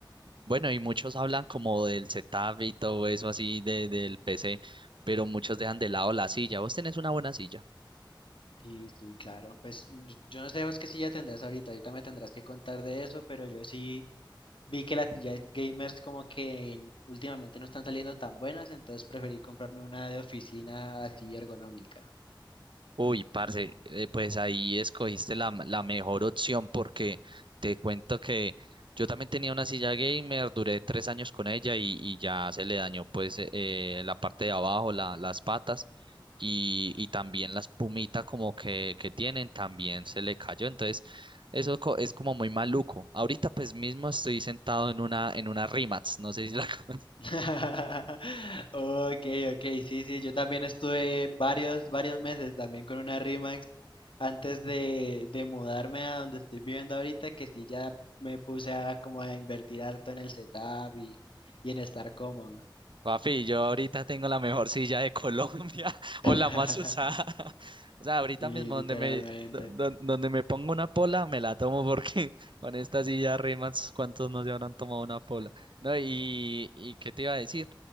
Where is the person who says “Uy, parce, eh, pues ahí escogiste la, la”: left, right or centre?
Right